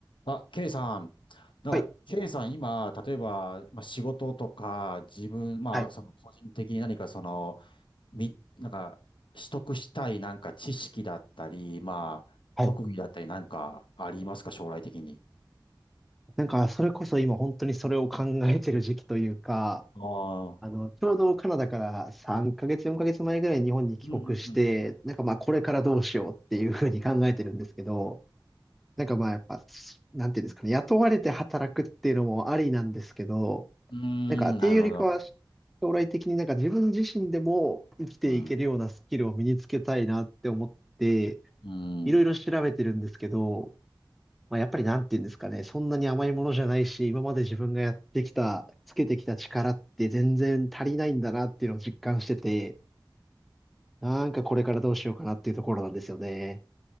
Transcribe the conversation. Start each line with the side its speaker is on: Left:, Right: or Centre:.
Left: あ、ケイさん。なんか、
Centre: はい
Left: ケイさん、今、例えば、まあ、仕事とか、自分、まあ、
Centre: はい
Left: その個人的に何かその、み、なんか、取得したいなんか知識だったり、まあ、
Centre: はい
Left: 特技だったりなんかありますか、将来的に。
Centre: なんか、それこそ今本当にそれを考えてる時期というか、
Left: ああ。
Centre: あの、ちょうどカナダから3ヶ月、4ヶ月前ぐらいに日本に帰国して、
Left: うんうんうん。
Centre: なんかまあこれからどうしようっていうふうに考えてるんですけど、
Left: うん。
Centre: なんかまあやっぱ、なんていうんですかね、雇われて働くっていうのもありなんですけど、
Left: うん、
Centre: なんかっていうよりかは
Left: んなるほど。
Centre: 将来的になんか自分自身でも生きていけるようなスキルを身につけたいなって思って、
Left: うん。うん。
Centre: いろいろ調べてるんですけど、まあ、やっぱりなんて言うんですかね、そんなに甘いものじゃないし、今まで自分がやってきた、つけてきた力って全然足りないんだなっていうのを実感してて、なんかこれからどうしようかなっていうところなんですよね。